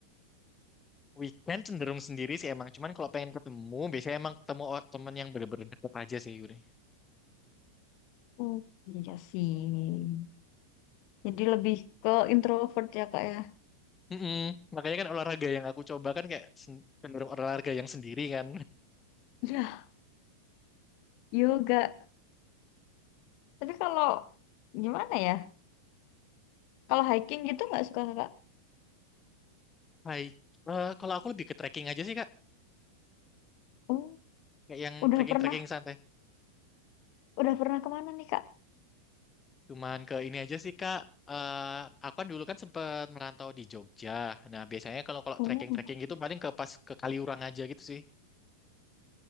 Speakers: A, on the left (about 20°); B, on the left (about 45°).
A: weekend cenderung sendiri sih emang cuman kalau pengen ketemu biasanya emang ketemu o- temen yang bener-bener deket aja sih Yuri.
B: Hmm, Iya sih. Jadi lebih ke introvert ya Kak ya.
A: Mm-mm. Makanya kan olahraga yang aku coba kan kayak sen- cenderung olahraga yang sendiri kan.
B: Ya, yoga. Tapi kalau gimana ya? Kalau hiking gitu nggak suka Kak?
A: <laughs> Hai, Eh, kalau aku lebih ke trekking aja sih Kak,
B: Oh,
A: kayak yang
B: udah
A: trekking-trekking
B: pernah,
A: santai.
B: udah pernah kemana nih Kak?
A: Cuman ke ini aja sih Kak. Eh, aku kan dulu kan sempat merantau di Jogja. Nah biasanya kalau kalau
B: Oh,
A: trekking-trekking gitu paling ke pas ke Kaliurang aja gitu sih.